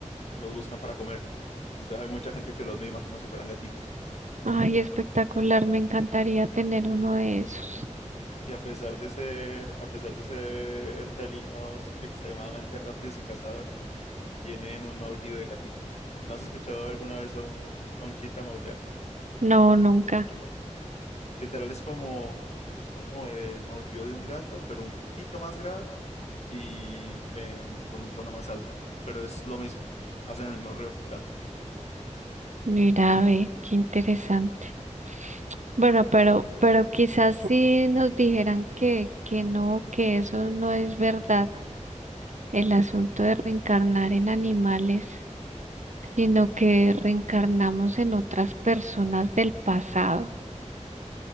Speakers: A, on the left (about 60°); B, on the right (about 70°).
A: los buscan para comer. Entonces hay mucha gente que los mima como si fueran gatitos.
B: Ay, espectacular. Me encantaría tener uno de esos.
A: Y a pesar de ser, a pesar de ser felinos extremadamente rápidos y cazadores, tienen un maullido de gatito. ¿No has escuchado alguna vez a un, a un chita maullar?
B: No,
A: O un
B: nunca.
A: lagarto. Literal es como, es como el maullido de un gato, pero un poquito más grave y en- con un tono más alto. Pero es lo mismo, hacen el mismo ruido que un gato.
B: Mira, ve, qué interesante. Bueno, pero, pero quizás si nos dijeran que, que no, que eso no es verdad, el asunto de reencarnar en animales, sino que reencarnamos en otras personas del pasado.